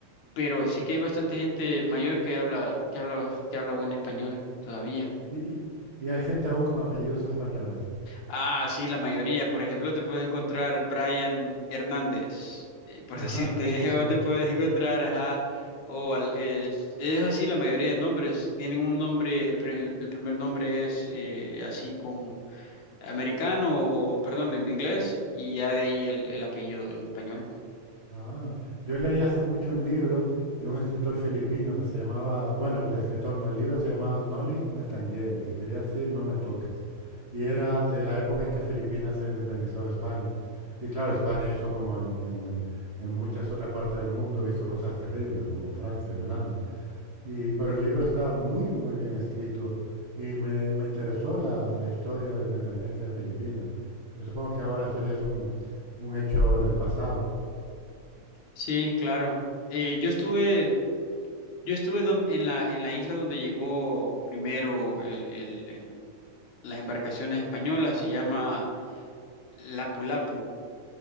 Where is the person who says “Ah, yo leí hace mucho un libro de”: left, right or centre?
Right